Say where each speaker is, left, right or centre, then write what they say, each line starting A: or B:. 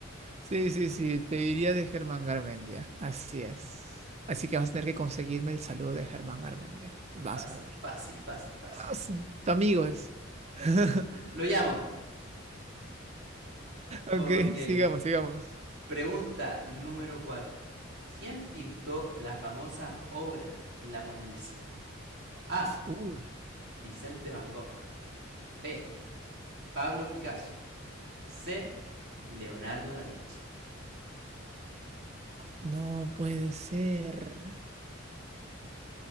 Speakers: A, on the right (about 35°); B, on the right (about 60°).
A: Sí, sí, sí, pediría de Germán Garmendia. Así es. Así que vas a tener que conseguirme el saludo de Germán Garmendia. Vas
B: Fácil,
A: a ver.
B: fácil, fácil, fácil.
A: Vas, Tu amigo es. <laughs>
B: Lo llamo. Ok.
A: Ok, sigamos, sigamos.
B: Pregunta número 4. ¿Quién pintó la famosa obra La Mona Lisa? A.
A: Uy.
B: Vicente Van Gogh. B. Pablo Picasso. C. Leonardo da Vinci.
A: No puede ser.